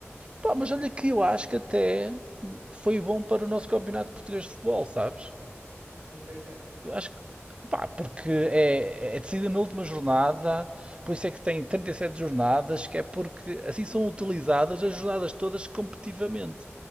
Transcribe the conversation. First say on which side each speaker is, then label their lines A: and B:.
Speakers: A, on the right; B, on the right.
A: Pá, mas olha que eu acho que até foi bom para o nosso campeonato português de futebol, sabes?
B: Em que aspecto?
A: Eu acho que, pá, porque é, é decidida na última jornada, por isso é que tem 37 jornadas, que é porque assim são utilizadas as jornadas todas competitivamente.